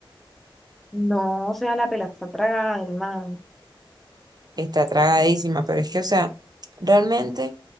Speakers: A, in the centre; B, on the right.
A: No, o sea, la pela está tragada, hermano.
B: está tragadísima, pero es que, o sea, realmente